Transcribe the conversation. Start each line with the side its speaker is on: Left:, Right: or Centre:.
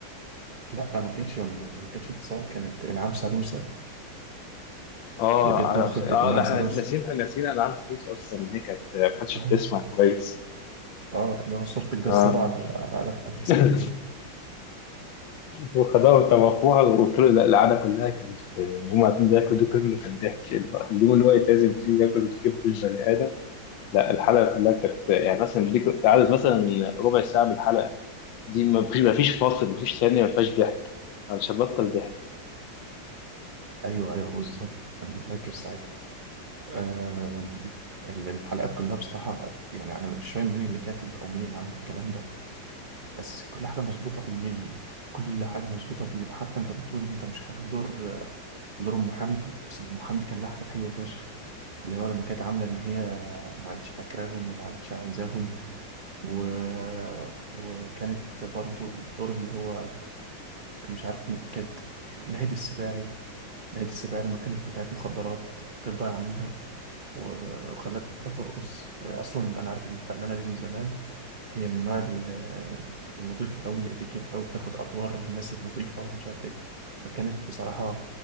Right: لا ما كانتش ما كانتش انتصار كانت إنعام سالوسة
Left: اه
Right: اللي جت طبخة
Left: عشان-
Right: كانت
Left: اه
Right: إنعام
Left: ده احنا
Right: سالوسة
Left: ناسيين ناسيين العاب فلوس اصلا ان هي كانت ما كانتش
Right: اه
Left: بتسمع كويس
Right: اه اللي هو صورة الجزار
Left: اه
Right: على على على, على
Left: <laughs>
Right: كيس الكبدة
Left: وخدوها وطبخوها وقلت له لا القعده كلها كانت هم قاعدين بياكلوا ده كله كان ضحك اليوم اللي هو يتلازم فيه ياكل في كبد البني ادم لا الحلقه كلها كانت يعني مثلا دي كنت عايز مثلا ربع ساعه من الحلقه دي ما فيش ما فيش فاصل ما فيش ثانيه ما فيهاش ضحك علشان بطل ضحك
Right: ايوه ايوه بالظبط انا فاكر ساعتها آه... الحلقات كلها بصراحة يعني انا مش فاهم مين اللي كاتب او مين اللي عامل الكلام ده بس كل حاجة مظبوطة بالملي كل حاجة مظبوطة بالملي حتى انت بتقول انت مش حابب دور دور ام حمدي بس ام حمدي كان لها حاجات حلوة فشخ اللي هو لما كانت عاملة ان هي ما عادتش فاكراهم وما عادتش عايزاهم و... وكانت برضو الدور اللي هو مش عارف م- كانت ناهد السباعي ناهد السباعي لما كانت بتاعت مخدرات كانت ضايعة منها و- وخلتها ترقص اصلا انا عارف الفنانه دي من زمان هي من نوع ال- النضيف قوي الاتيكيت قوي بتاخد ادوار الناس النضيفه ومش عارف ايه فكانت بصراحه